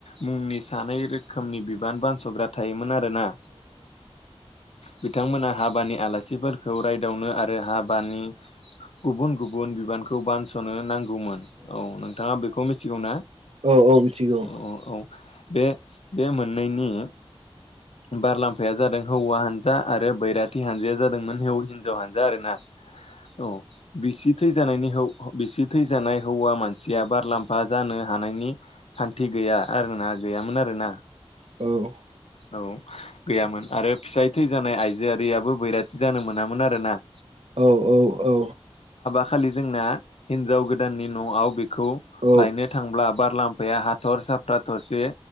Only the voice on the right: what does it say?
औ औ मिथिगौ।
औ।
औ औ औ।
औ